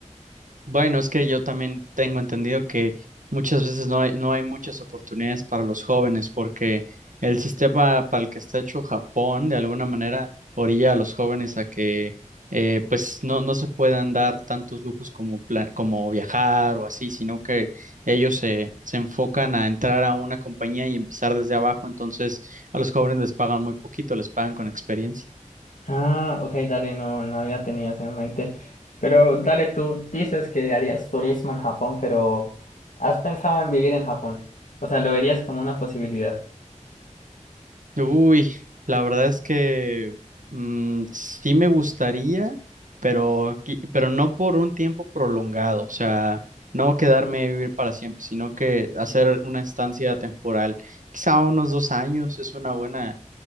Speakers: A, on the right; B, on the left.
A: Bueno, es que yo también tengo entendido que muchas veces no hay, no hay muchas oportunidades para los jóvenes porque el sistema para el que está hecho Japón de alguna manera orilla a los jóvenes a que eh, pues no, no se puedan dar tantos lujos como, pla- como viajar o así, sino que ellos se, se enfocan a entrar a una compañía y empezar desde abajo, entonces a los jóvenes les pagan muy poquito, les pagan con experiencia.
B: Ah, ok, dale, no, no había tenido eso en mente. Pero dale, tú dices que harías turismo en Japón, pero ¿has pensado en vivir en Japón? O sea, ¿lo verías como una posibilidad?
A: Uy, la verdad es que mm, sí me gustaría, pero, qui- pero no por un tiempo prolongado, o sea, no quedarme a vivir para siempre, sino que hacer una estancia temporal, quizá unos dos años es una buena,